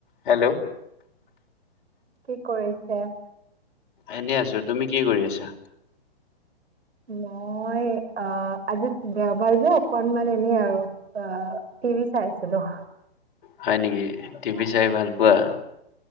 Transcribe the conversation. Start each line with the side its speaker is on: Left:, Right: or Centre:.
Left: Hello
Right: কি কৰিছা?
Left: এনেই আছোঁ, তুমি কি কৰি আছা?
Right: মই অ, আজি দেওবাৰ যে, অকনমান এনে আৰু অ' টিভি চাই আছিলো।
Left: হয় নেকি? টিভি চাই ভাল পোৱা?